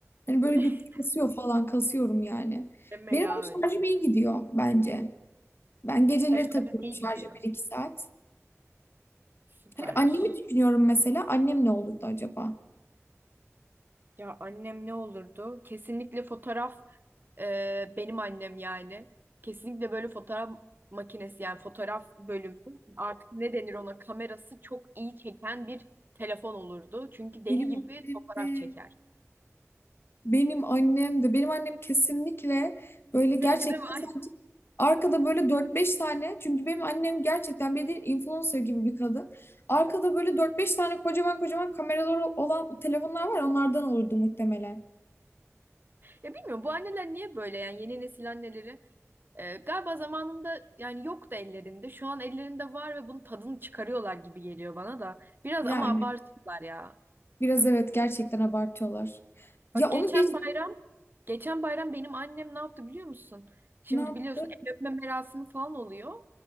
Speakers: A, on the left; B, on the right.
A: Hani böyle
B: <laughs>
A: bir kasıyor falan kasıyorum yani.
B: Deme
A: Benim
B: ya
A: ama
B: öyle.
A: şarjım iyi gidiyor bence. Ben geceleri
B: Her şarjı
A: takıyorum
B: iyi
A: şarja
B: gidiyor.
A: bir iki saat.
B: Süpermiş.
A: Hani annemi düşünüyorum mesela. Annem ne olurdu acaba?
B: Ya annem ne olurdu? Kesinlikle fotoğraf e, benim annem yani. Kesinlikle böyle fotoğraf makinesi yani fotoğraf bölümü artık ne denir ona kamerası çok iyi çeken bir telefon olurdu. Çünkü deli
A: Benim
B: gibi
A: annem
B: fotoğraf
A: de
B: çeker.
A: Benim annem de benim annem kesinlikle böyle gerçekten
B: Seninki de var.
A: sanki
B: <laughs>
A: arkada böyle dört beş tane çünkü benim annem gerçekten bir influencer gibi bir kadın. Arkada böyle dört beş tane kocaman kocaman kameraları olan telefonlar var onlardan olurdu muhtemelen.
B: Ya bilmiyorum bu anneler niye böyle yani yeni nesil anneleri e, galiba zamanında yani yoktu ellerinde. Şu an ellerinde var ve bunun tadını çıkarıyorlar gibi geliyor bana da. Biraz
A: Yani
B: ama abarttılar ya.
A: biraz evet gerçekten abartıyorlar. Ya
B: Bak
A: onu
B: geçen
A: geç
B: bayram geçen bayram benim annem ne yaptı biliyor musun? Şimdi
A: ne yaptı?
B: biliyorsun el öpme merasimi falan oluyor.